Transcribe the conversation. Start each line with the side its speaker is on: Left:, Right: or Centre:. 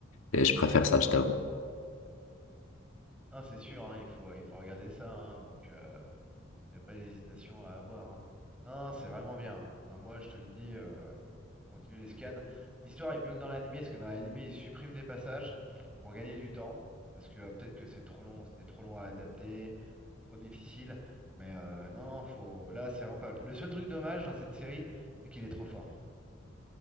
Left: et je préfère ça, je t'avoue.
Centre: Non, c'est sûr, hein, il faut, il faut regarder ça, hein, donc. euh, Il n'y a pas d'hésitation à avoir. hein. Non, c'est vraiment bien. hein. Enfin, moi, je te le dis, euh, tu peux continuer les scans. L'histoire est mieux que dans l'animé, parce que dans l'animé, ils suppriment des passages pour gagner du temps. Parce que euh, peut-être que c'est trop long, c'était trop long à adapter, trop difficile. Mais euh, non, non, faut... là, c'est vraiment pas mal. Le seul truc dommage dans cette série, c'est qu'il est trop fort.